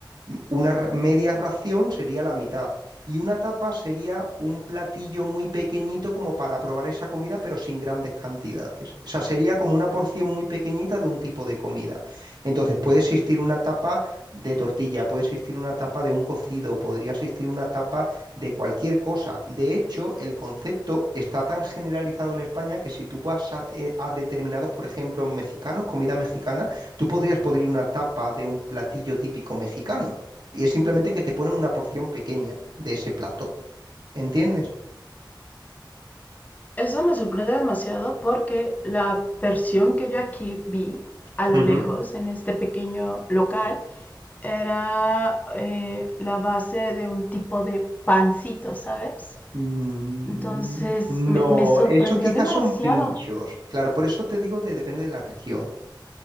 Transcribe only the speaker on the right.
M- Una ra- media ración sería la mitad. Y una tapa sería un platillo muy pequeñito como para probar esa comida, pero sin grandes cantidades. O sea, sería como una porción muy pequeñita de un tipo de comida. Entonces, puede existir una tapa de tortilla, puede existir una tapa de un cocido, podría existir una tapa de cualquier cosa. De hecho, el concepto está tan generalizado en España que si tú vas a, eh, a determinados, por ejemplo, mexicanos, comida mexicana, tú podrías pedir una tapa de un platillo típico mexicano. Y es simplemente que te ponen una porción pequeña de ese plato. ¿Entiendes?
Ujú.
Mm,
No,
eso quizás
son pinchos. Claro, por eso te digo de depende de la región.